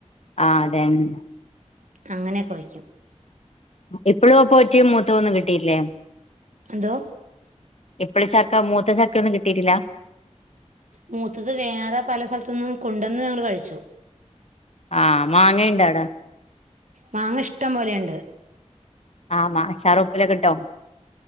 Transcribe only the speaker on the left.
ആഹ് അതെന്നേ.
ഇപ്പോഴും അപ്പൊ ഒറ്റയും മൂത്ത ഒന്നും കിട്ടിയില്ലേ?
എപ്പള് ചക്ക മൂത്ത ചക്ക ഒന്നും കിട്ടിട്ടില്ല.
ആഹ് മാങ്ങ ഉണ്ടോ അവിടേ?
ആഹ് മാങ്ങച്ചാറ് ഉപ്പിലക്കെ ഇട്ടോ?